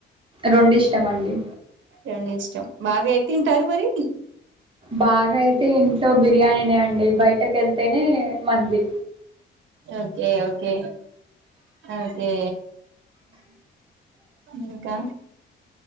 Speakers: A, on the right (about 25°); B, on the right (about 70°).
A: రొండు ఇష్టం అండి
B: రెండు ఇష్టం బాగా ఏది తింటారు, మరి
A: బాగా అయితే ఇంట్లో బిర్యానీనే అండి, బయటకి వెళ్తేనే మండి,
B: ఓకే ఓకే ఓకే ఇంకా